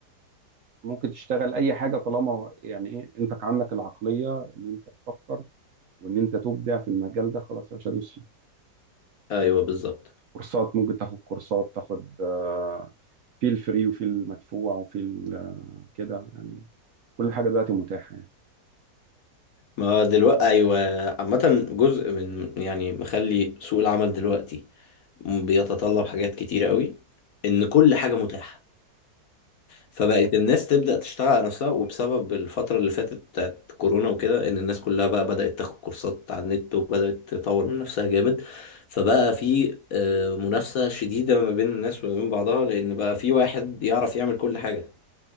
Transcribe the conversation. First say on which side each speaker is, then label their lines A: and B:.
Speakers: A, on the right (about 65°); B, on the left (about 55°).
A: ممكن تشتغل اي حاجه طالما يعني ايه انت عندك العقليه ان انت تفكر وان انت تبدع في المجال ده خلاص يا باشا دوس فيه
B: ايوه بالظبط
A: كورسات ممكن تاخد كورسات تاخد آه، في الفري وفي المدفوع وفي ال- كده يعني كل حاجه دلوقتي متاحه يعني
B: ما دلوقتي ايوه عامة جزء من يعني مخلي سوق العمل دلوقتي بيتطلب حاجات كتيرة قوي ان كل حاجة متاحة فبقت الناس تبدأ تشتغل على نفسها وبسبب الفترة اللي فاتت بتاعت كورونا وكده إن الناس كلها بقى بدأت تاخد كورسات على النت وبدأت تطور من نفسها جامد فبقى في آه، منافسة شديدة ما بين الناس وما بين بعضها لأن بقى في واحد يعرف يعمل كل حاجة